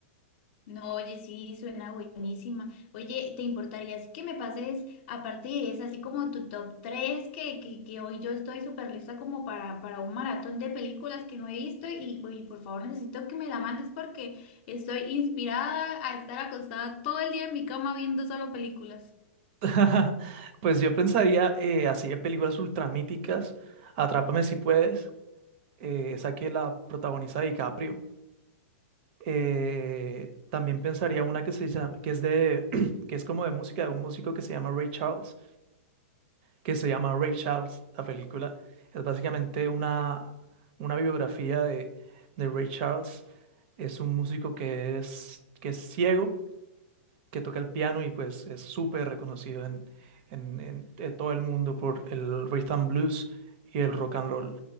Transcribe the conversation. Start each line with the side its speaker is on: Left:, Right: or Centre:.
Left: No, oye, sí, suena buenísima. Oye, ¿te importaría así que me pases, aparte de esa, así como tu top 3 que, que, que hoy yo estoy súper lista como para, para un maratón de películas que no he visto y, y por favor necesito que me la mandes porque estoy inspirada a estar acostada todo el día en mi cama viendo solo películas.
Right: <laughs> Pues yo pensaría eh, así de películas ultramíticas, Atrápame si puedes, eh, esa que la protagoniza DiCaprio. Eh, también pensaría una que se llama, que es de, <clears throat> que es como de música de un músico que se llama Ray Charles, que se llama Ray Charles, la película. Es básicamente una, una biografía de, de Ray Charles. Es un músico que es, que es ciego, que toca el piano y pues es súper reconocido en, en, en- en todo el mundo por el rhythm blues y el rock and roll.